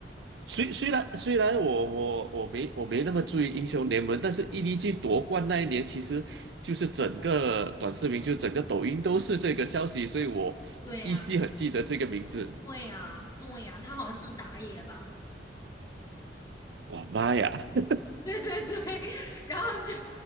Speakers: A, on the right; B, on the left.
A: 虽虽然虽然我我我没我没那么注意英雄联盟，但是 EDG 夺冠那一年，其实就是整个短视频，就整个抖音都是这个消息，所以我依稀很记得这个名字。
B: <laughs> 对呀，对呀，对呀，他好像是打野吧？
A: 哇妈呀！<laughs>
B: <laughs> 对对对，<laughs> 然后就